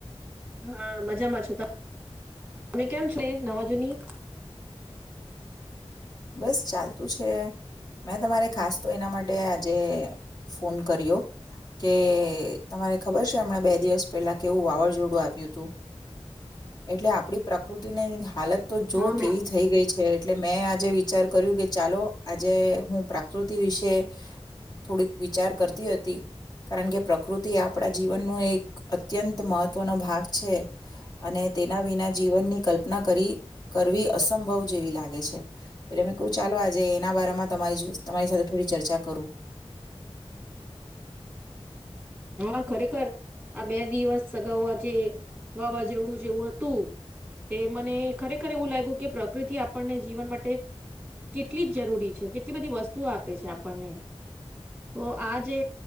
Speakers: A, in the centre; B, on the left.
A: હા, મજામાં છું. <inaudible> તમે કેમ છે નવા જુની?
B: બસ ચાલતું છે. મેં તમારે ખાસ તો એના માટે આજે ફોન કર્યો, કે તમારે ખબર છ તો એમણા બે દિવસ પેલા કેવું વાવાઝોડું આવ્યું તું. એટલે આપડી પ્રકૃતિની હાલત તો જો
A: હા
B: કેવી
A: મે
B: થઈ ગઈ છે એટલે મેં આજે વી કર્યું કે ચાલો આજે હું પ્રાકૃતિ વિશે થોડીક વિચાર કરતી હતી, કારણ કે પ્રકૃતિ આપણા જીવનનું અત્યંત મહત્વનો ભાગ છે. અને તેના વિના જીવનની કલ્પના કરી કરવી અસંભવ જેવી લાગે છે. એટલે મેં કહ્યું ચાલો આજે એના બારામાં તમારી જો તમારી સાથે થોડી ચર્ચા કરું
A: હા ખરેખર આ બે દિવસ સગાવવા જે વાવાઝોડું જેવું હતું, તે મને ખરેખર એવું લાયગું કે પ્રકૃતિ આપણને જીવન માટે કેટલી જ જરૂરી છે, કેટલી બધી વસ્તુઓ આપે છે આપણને, તો આ જે